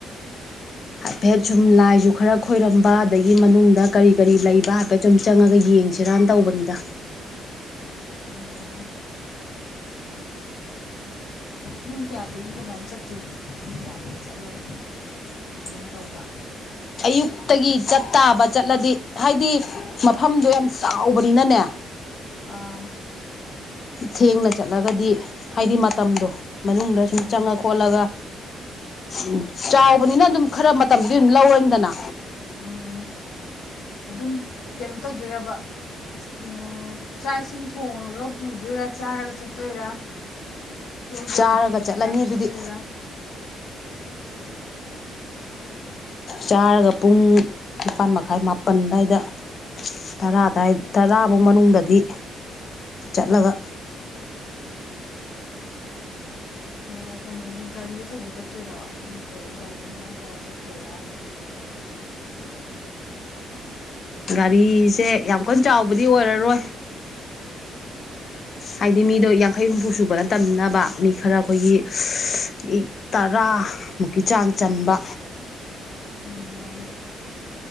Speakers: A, on the left; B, on the left.
A: ꯍꯥꯏꯐꯦꯠ ꯁꯨꯝ ꯂꯥꯏꯖꯨ ꯈꯔ ꯈꯣꯏꯔꯝꯕ ꯑꯗꯒꯤ ꯃꯅꯨꯡꯗ ꯀꯔꯤ ꯀꯔꯤ ꯂꯩꯕ ꯍꯥꯏꯐꯦꯠ ꯁꯨꯝ ꯆꯪꯉꯒ ꯌꯦꯡꯖꯦ <unintelligible> ꯐꯤꯔꯥꯟ ꯇꯧꯕꯅꯤꯗ
B: ꯎꯝ ꯄꯨꯡ ꯀꯌꯥꯗꯒꯤ ꯀꯃꯥꯏꯅ ꯆꯠꯇꯣꯏꯅꯣ ꯄꯨꯡ ꯀꯌꯥꯗꯥꯏꯗ ꯆꯠꯂꯒ <unintelligible> ꯃꯥꯏꯃꯥꯏ ꯇꯧꯕ
A: ꯑꯌꯨꯛꯇꯒꯤ ꯆꯠ ꯇꯥꯕ ꯆꯠꯂꯗꯤ ꯍꯥꯏꯗꯤ ꯃꯞ ꯐꯝꯗꯣ ꯌꯥꯝ ꯆꯥꯎꯕꯅꯤꯅꯅꯦ
B: ꯑꯥ
A: ꯊꯦꯡꯅ ꯆꯠꯂꯒꯗꯤ ꯍꯥꯏꯗꯤ ꯃꯇꯝꯗꯣ ꯃꯅꯨꯡꯗ ꯁꯨꯝ
B: ꯎꯝ
A: ꯆꯪꯉ ꯈꯣꯠꯂꯒ ꯎꯝ ꯆꯥꯎꯕꯅꯤꯅ ꯑꯗꯨꯝ ꯈꯔ ꯃꯇꯝꯗꯤ ꯑꯗꯨꯝ ꯂꯧꯔꯅꯤꯗꯅ
B: ꯎꯝ ꯑꯗꯨꯝ ꯀꯩꯅꯣ ꯇꯧꯗꯣꯏꯔꯕ ꯑ ꯆꯥꯛ ꯏꯁꯤꯡ ꯊꯣꯡꯉꯒ ꯄꯨꯗꯣꯏꯔꯥ ꯆꯥꯔꯒ ꯆꯠꯇꯣꯏꯔꯥ <inaudible>
A: ꯆꯥꯔꯒ
B: ꯄꯤꯛꯅꯤꯛꯀꯤ
A: ꯆꯠꯂꯅꯤ
B: ꯇꯥꯏꯞꯇ ꯆꯠꯇꯣꯏꯔꯥ
A: ꯑꯗꯨꯗꯤ ꯆꯥꯔꯒ ꯄꯨꯡ ꯅꯤꯄꯥꯟ ꯃꯈꯥꯏ ꯃꯥꯄꯟ ꯑꯗꯥꯏꯗ ꯇꯔꯥ ꯑꯗꯥꯏ ꯇꯔꯥꯕꯧ ꯃꯅꯨꯡꯗꯗꯤ ꯆꯠꯂꯒ
B: ꯑꯣ ꯀꯩꯅꯣꯒꯨꯝ ꯒꯥꯔꯤ ꯑꯆꯧꯕ ꯆꯠꯇꯣꯏꯔꯣ ꯅꯠꯇ꯭ꯔꯒ ꯒꯥꯔꯤ ꯅꯦꯛꯑꯒ ꯆꯠꯇꯣꯏꯔ <inaudible>
A: ꯒꯥꯔꯤꯁꯦ ꯌꯥꯝ ꯀꯟ ꯆꯥꯎꯕꯗꯤ ꯑꯣꯏꯔꯔꯣꯏ ꯍꯥꯏꯗꯤ ꯃꯤꯗꯣ ꯌꯥꯡꯈꯩ ꯍꯨꯝꯐꯨ ꯁꯨꯕ ꯅꯇꯝꯅꯤꯅꯕꯥ ꯃꯤ ꯈꯔ ꯑꯩꯈꯣꯏꯒꯤ ꯃꯤ ꯇꯔꯥꯃꯨꯛꯀꯤ ꯆꯥꯡ ꯆꯟꯕ
B: ꯑꯣ